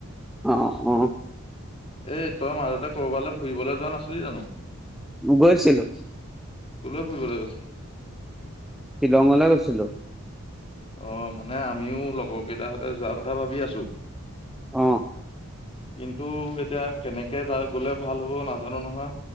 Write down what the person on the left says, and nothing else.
এ তই মাজতে কৰবালৈ ফুৰিবলৈ যোৱা নাছিলি জানো?
কলৈ ফুৰিবলৈ গৈছিলি?
অ মানে আমিও লগৰ কেইটাহঁতে যোৱাৰ কথা ভাবি আছো
কিন্তু এতিয়া কেনেকে যা গলে ভাল হ'ব নাজানো নহয়,